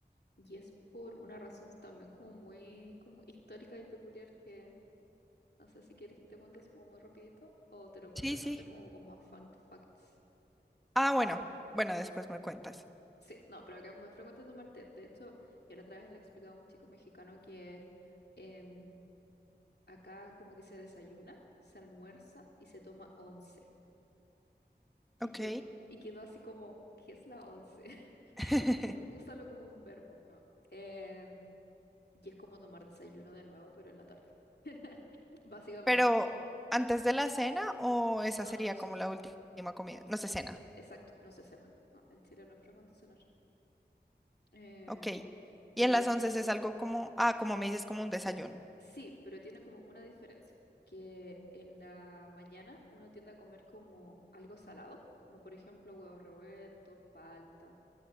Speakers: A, on the left; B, in the centre.
A: Y es por una razón también como muy como histórica y peculiar que No sé si quieres que te cuente así como muy rapidito o te lo cuento
B: Sí,
A: en
B: sí.
A: otra como con más fun facts.
B: Ah, bueno, bueno, después me cuentas.
A: Sí, no, pero acá es muy frecuente tomar té. De hecho, yo la otra vez le explicaba a un chico mexicano que em, acá como que se desayuna, se almuerza y se toma once. Y,
B: Ok.
A: que, y quedó así como, ¿qué es la once? <laughs>
B: <laughs>
A: Ú- Úsalo como un verbo, ¿no? Em, y es como tomar desayuno de nuevo, pero en la tarde, <laughs> básicamente.
B: Pero, ¿antes de la cena o esa
A: No,
B: sería
A: no, se-
B: como la última comida? No sé,
A: es,
B: cena.
A: exacto, no se cena. No, en Chile no es frecuente cenar. Em,
B: Ok.
A: y
B: Y
A: la
B: en las
A: dif-
B: once es algo como, ah, como me dices, como un desayuno.
A: sí, pero tiene como una diferencia, que en la mañana uno tiende a comer como algo salado, como por ejemplo huevos revueltos, palta,